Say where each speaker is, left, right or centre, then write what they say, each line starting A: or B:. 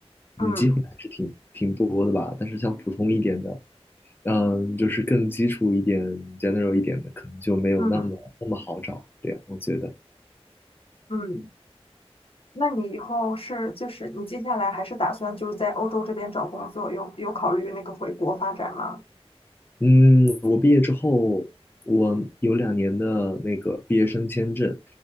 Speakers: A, on the left; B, on the left.
A: 嗯
B: 嗯，机会还是挺挺多的吧。但是像普通一点的，嗯，就是更基础一点、general 一点的，可能就没有那么那么好找。
A: 嗯
B: 对，我觉得。
A: 嗯。那你以后是就是你接下来还是打算就是在欧洲这边找工作，有有考虑那个回国发展吗？
B: 嗯，我毕业之后，我有两年的那个毕业生签证，